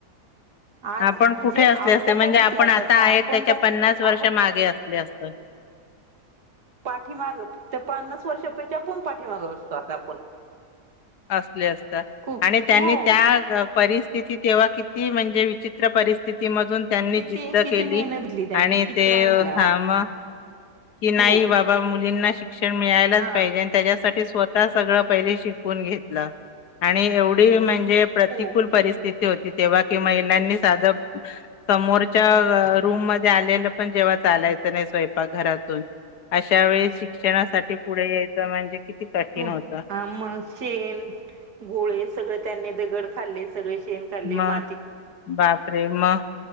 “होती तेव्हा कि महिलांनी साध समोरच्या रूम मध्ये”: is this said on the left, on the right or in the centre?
Left